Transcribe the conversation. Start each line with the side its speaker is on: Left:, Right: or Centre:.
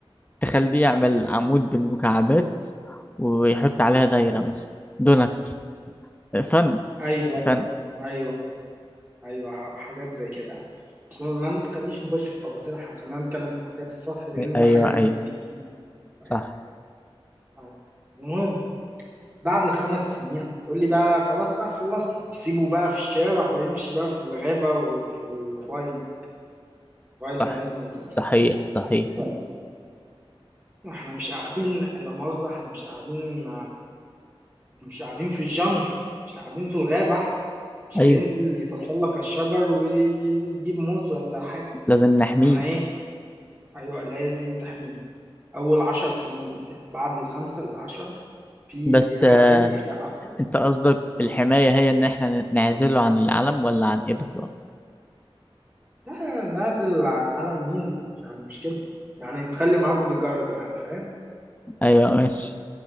Left: تخليه يعمل عمود بالمكعبات ويحط عليها دايرة مثلا دونت فن
Right: ايوه
Left: فن
Right: ايوه ايوه حاجات زي كده ما نخليش نخش في تفاصيل إحنا خلينا نتكلم في الحاجات السطح لان
Left: ايوه
Right: دي حاجات
Left: ايوه
Right: متقدمه شوية.
Left: صح
Right: طيب. المهم بعد الخمس سنين تقول لي بقى خلاص بقى خلصنا يسيبه بقى في الشارع ويمشي بقى في الغابه وفي الوايلد وايلد
Left: صح
Right: انيمالز
Left: صحيح
Right: ولا مش عارف.
Left: صحيح
Right: ايوه احنا مش قاعدين لا مؤاخذه احنا مش قاعدين مش قاعدين في الجنجل مش قاعدين في الغابه إحنا مش
Left: ايوه
Right: هينزل يتسلق الشجر ويجيب موز ولا حاجه
Left: لازم نحميه
Right: احنا ايه ايوه لازم تحميه اول عشر سنين بالذات بعد الخمسه للعشره في
Left: بس
Right: يجي حوالي
Left: آه،
Right: هي اصلا
Left: انت قصدك
Right: و-
Left: الحماية هي ان احنا نعزله عن العالم ولا عن ايه بالظبط
Right: لا نازل عن عالم مين يعني مش كده يعني تخلي معاه بودي جارد يعني فاهم
Left: ايوه ماشي